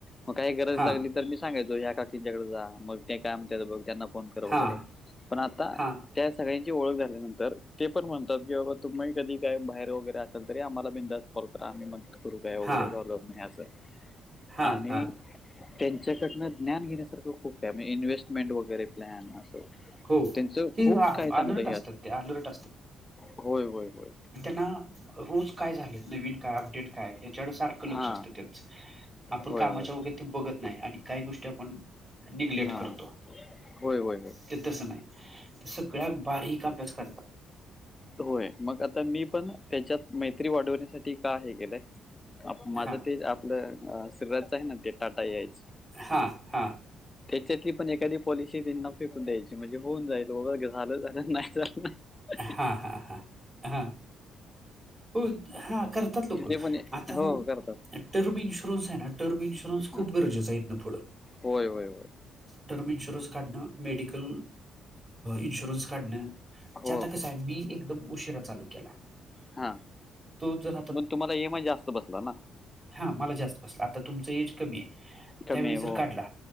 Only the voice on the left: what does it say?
मग काही गरज
लागली तर मी सांगायचो, हया काकींच्या कडे जा मग ते काम ब त्यांना फोन कर वगैरे
पण आता
त्या सगळ्यांची ओळख झाल्यानंतर ते पण म्हणतात, की बाबा तुम्ही कधी काय बाहेर वगैरे असेल तरी आम्हाला बिंदास फोन करा आणि मग <unintelligible> अस
आणि
त्यांच्याकडन ज्ञान घेण्यासारखं खूप हाय इन्व्हेस्टमेंट वगैरे प्लॅन असं त्यांच
खूप
काही चांगलं
हे
असत,
होय होय होय.
हां.
होय,
होय.
हा
होय होय होय
होय. मग आता मी पण त्याच्यात मैत्री वाढवण्यासाठी का हे केलंय. माझं
ते आपलं श्रीराजच आहे ना, ते टाटा ए आय च
त्याच्यातली पण एखादी पॉलिसी त्यांना फेकून द्यायची, म्हणजे होऊन जायल <unintelligible> झालं झालं नाही झा
<inaudible>
तिथे पण ए-
हो हो, करतात
हा
होय होय होय.
हो
हा.
मग तुम्हाला इ एम आय जास्त बसला ना.
कमी
आहे
हो